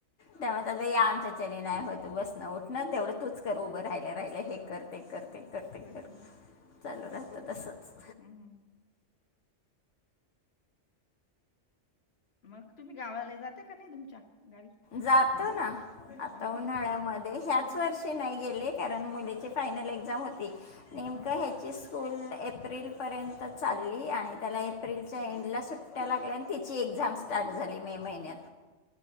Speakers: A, on the left; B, on the left.
A: त्यामुळे या आमच्याणी नाही होत बसनं उठणं तेवढं तूच कर उभं राहियला राहिलं हे कर ते कर ते कर ते
B: ह
A: कर चालू राहतं तसंच
B: हम्मम मग तुम्ही गावाला जाते का नाही तुमच्या गावी?
A: जातो ना आता
B: हो ना
A: उन्हाळ्यामध्ये ह्याच वर्षी नाही गेले कारण मुलीची फायनल एक्झाम होती. नेमकं
B: हा
A: ह्याची स्कूल एप्रिल पर्यंत चालली आणि त्याला एप्रिलच्या एंडला सुट त्या लागल्यान तिची एक्झाम स्टार्ट झाली मे महिन्यात.